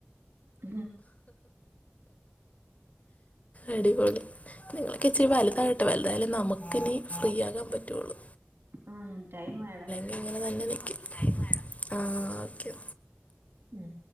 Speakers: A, on the right; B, on the left.
A: ഹ്ഹ..
B: അടിപൊളി. <unintelligible> ക്കിച്ചിരി വല്താവട്ടെ വല്തായാലേ നമക്കിനി ഫ്രീ യാക്കാം പറ്റൊള്ളൂ.
A: ഉം ടൈം മായടാ.
B: ഇങ്ങനെ തന്നെ നിക്കും ആഹ് ഓക്കെ
A: മ്ഹ്